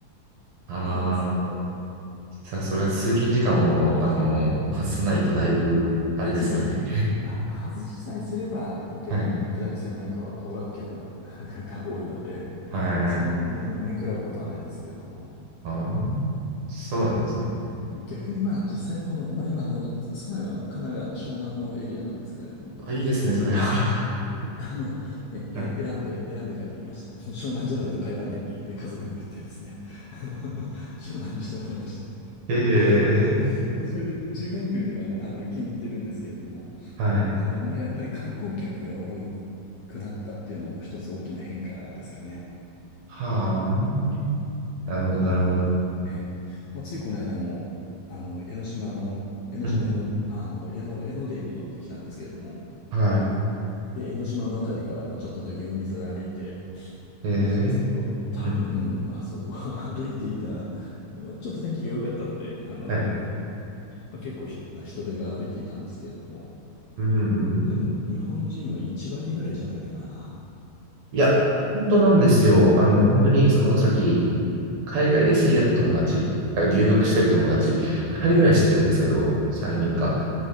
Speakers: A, on the right (about 60°); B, on the left (about 70°).
A: あ
B: 行くんですけれど、
A: ー、さあ、それは通勤時間を、あのー、かさないとだいぶ、あれですよね。
B: そうですね。まあ、外しさえすれば、あの、逆に下り線なんかは行楽客な
A: <laughs> はい。
B: <laughs> が多いので、
A: はい。
B: まあ、そんなにあの、面食らうことはないんですけれども。
A: ああ、そうなんですね。
B: まあ、逆にまあ実際この、まあ今あの、住まいは神奈川の湘南のエリアなんですけれども、
A: あ、いいですね、それは。<laughs>
B: あの、え、え選んで、
A: はい。
B: 選んで帰ってきました。もう湘南じゃないと帰らないって言って家族に言ってですね、あの、湘南にしてもらいました。
A: <laughs>
B: <laughs>
A: ええ
B: まあそれで、住環境にはあの気に入ってるんですけれども、
A: はい。
B: あの、まあやっぱり観光客が多くなったっていうのも一つ大きな変化ですかね。
A: はあ。なるほど、
B: まあ、
A: なるほど。
B: あの、ええ、まあ、ついこの間も、あの、江ノ島の、江ノ島にの、
A: うん。
B: あの、江ノ、江ノ電に乗ってきたんですけれども、
A: はい。
B: で、江ノ島のあたりから、まあ、ちょっとだけ海沿い歩いて
A: ええ
B: みたんですけど、多分、
A: うん。
B: あそこは <laughs> 歩いていた、まあ、ちょっと天気が良かったので、あの、
A: はい。
B: まあ、結構ひな人手が歩いていたんですけれども、
A: うん、うんうん。
B: 多分、日本人は1割ぐらいじゃないかな。
A: いや、本当なんですよ。あの、本当に、その、さっき、海外で知り合った友達、だから留学してる友達、
B: ええ、
A: 2人ぐらい知ってるんですけど、
B: ええ、
A: 3人か。
B: ええ、